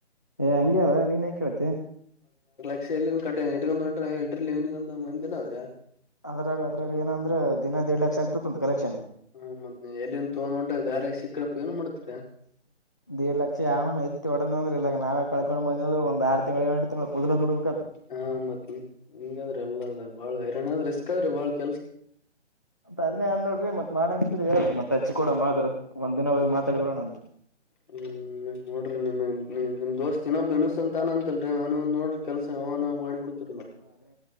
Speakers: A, on the left (about 15°); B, on the left (about 45°).
A: ಏ ಹಂಗಗೆ ಅ ನೀನ್ ಹೇ ಕೇಳತ್ತ
B: ಕ ಇಟ್ಕೊಂಡ್ ಇರ್ಲಿಗಂದು ಮಂದಿನ ಆದದ್ರ
A: ಅದ್ರಾಗ ಅದ್ರಾಗ ಏನ ಅಂದ್ರೆ ದಿನ ದೇಡ್ ಲಕ್ಷ ಆಗ್ತ ಅಂತ ಕಲೆಕ್ಷನ್
B: ಹ ಮದ್ ಎಲ್ಲಿಂದ ತೊಡ್ ಹೊಂಟಾಗ ದಾರ್ಯ ಸಿಕ್ಕ್ರಪ್ಪ ಏನ್ ಮಾಡುತ್ತೆ
A: ದೀಡ್ ಲಕ್ಷ ಆನಯ್ತ ಒಡಂದ್ರೆ ಇಲ್ಲ ನಾವೇ ಕಳ್ಕೊಂಡು ಬಂದ್ರ ಒಂದು ಆರು ತಿಂಗಳು ಎಏು ತಿಂಗಳು ಪದ
B: ಹಾ ಮತ್ ಹಿಂಗಾದ್ರಿ ಎಲ್ಲ ಅದ ಬಾಳ ಹೈರಣಾಣ ಆದ್ರ ರಿಸ್ಕ್ ಆದ್ರಿ ಬಾಳ್ ಕೆಲ್ಸ
A: ಆದ್ಮಿ ಅನ್ ನೋಡ್ರಿ ಮತ್ ಮಾಡಂಗಿದ್ರಿ ಹೇಳ್ರಿ ಮತ್ತತ್ ಅಚ್ಚಿ ಕೂಡ ಮಾಡ್ರರು ಒಂದ್ನ ಹೋಗಿ ಮಾತಾಡಬರೋಣ ಅಂತ
B: ಹ್ಮ್ ನೋಡ್ರಿ ನಿಮ ನಿಮ್ ದೋಸ್ತ್ ಸಿನೊಬ್ ಇನ್ಸ ಅಂತ ತಾನ ಅಂತಲ್ರಿ ಅವ್ನ್ ನೋಡ್ರ ಕೆಲ್ಸ ಅವನ್ ಮಾಡಿ ಬಿಡ್ತರಿ ನ್